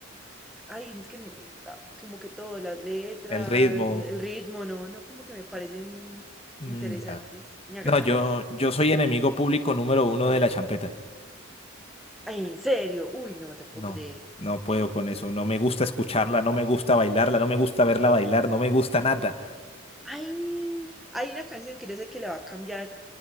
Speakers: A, in the centre; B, on the left (about 30°).
A: Ay, es que ah, como que todo, las letras,
B: el ritmo?
A: la- el ritmo, no, no, como que me parecen
B: Mm,
A: interesantes
B: ya.
A: ni agradables.
B: No, yo, yo soy enemigo público número uno de la champeta.
A: Ay, en serio, uy, no te puedo
B: No,
A: creer.
B: no puedo con eso. No me gusta escucharla, no me gusta bailarla, no me gusta verla bailar, no me gusta nada.
A: Ay, hay una canción que yo sé que le va a cambiar,